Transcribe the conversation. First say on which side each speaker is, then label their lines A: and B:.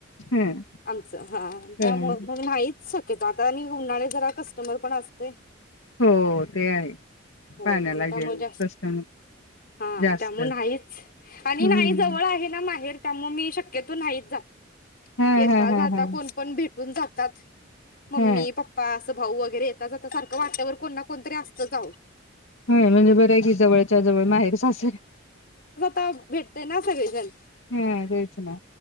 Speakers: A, on the left; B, on the left.
A: ह
B: आमच हा
A: ह
B: त्यामुळे मग नाहीच शक् आता आणि उन्हाने जरा कस्टमर ते पण असते
A: हो ते आहे
B: होय
A: पाण्यालागे
B: मग त्यामुळे जास्त
A: कस्टमर
B: हा
A: जास्त
B: त्यामुळे नाहीच आणि
A: हम्म
B: नाही जवळ आहे ना माहेर का म मी शक्यतो नाहीच जात
A: हा
B: येता
A: हा हा
B: जाता
A: हा
B: कोण पण भेटून जातात मम्मी
A: हा
B: पप्पा असं भाऊ वगैरे येता जाता सारखं वाटवर कोणना कोणतरी असतच आहो
A: होय म्हणजे बराय की जवळच्या जवळ माहेर सासर
B: भेटतोय ना सगळीजण
A: हा तेच ना